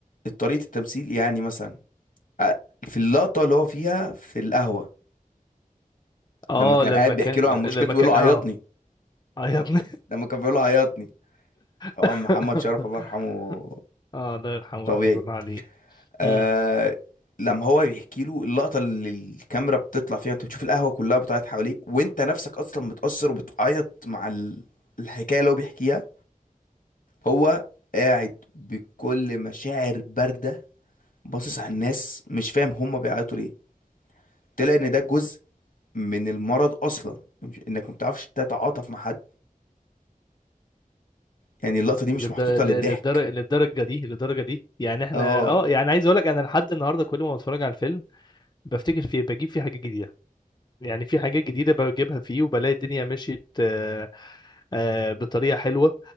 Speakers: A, on the left (about 70°); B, on the left (about 30°).
A: طريقه التمثيل يعني مثلا آه، في اللقطه اللي هو فيها في القهوه
B: اه
A: لما كان
B: لما
A: قاعد
B: كان
A: بيحكي له عن مشكلته
B: لما
A: بيقول
B: كان
A: له
B: اه
A: عيطني
B: اه يا
A: لما
B: ابني
A: ك- لما كان بيقول له عيطني طبعا
B: <laughs>
A: محمد شرف الله يرحمه
B: اه الله يرحمه
A: طبيعي
B: رحمة الله عليه
A: آه
B: امم
A: لما هو بيحكي له اللقطه اللي الكاميرا بتطلع فيها انت بتشوف القهوه كلها بتعيط حواليك وانت نفسك اصلا متاثر وبتعيط مع ال... الحكايه اللي هو بيحكيها هو قاعد بكل مشاعر بارده باصص على الناس مش فاهم هم بيعيطوا ليه طلع ان ده جزء من المرض اصلا مش- انك ما بتعرفش تتعاطف مع حد يعني اللقطه دي مش
B: للدرجة
A: محطوطه للضحك
B: للدرجة دي للدرجة دي يعني احنا
A: اه
B: اه يعني عايز اقول لك انا لحد النهاردة كل ما بتفرج على الفيلم بفتكر فيه بجيب فيه حاجات جديدة يعني في حاجات جديدة بجيبها فيه وبلاقي الدنيا مشيت آه، آه، بطريقة حلوة